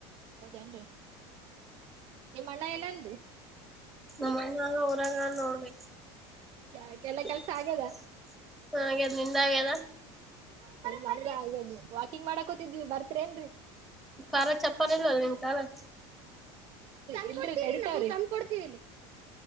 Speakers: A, on the right (about 40°); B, in the centre.
A: ಹೌದೇನ್ರಿ ನಿಮ್ಮ ಅಣ್ಣ ಎಲ್ಲನ್ರಿ
B: ನಮ್ಮ ಅಣ್ಣ ನೋಡ್ರಿ
A: ಹೌದಾ ಎಲ್ಲಾ
B: <unintelligible>
A: ಕೆಲ್ಸ ಆಗ್ಯದ
B: <inaudible> ಹಾಗೆ ಅದ ನಿಂದಾ ಅಗ್ಯಾದ
A: <unintelligible> ಹಾಗ <unintelligible> ವಾಕಿಂಗ್ ಮಾಡಕೋತಿದ್ವಿ ಬರ್ತ್ರಿ ಏನ್ರೀ
B: ಕಾಲಲ್ಲಿ ಚಪ್ಪಾನ ಇಲ್ಲಲ್ಲ ನಿಮ ಕಾಲಗ
A: ಇಲ್ರಿ ಅರಿತವ ತಂದು ಕೊಡ್ತೀವಿ ಇಲ್ಲಿ.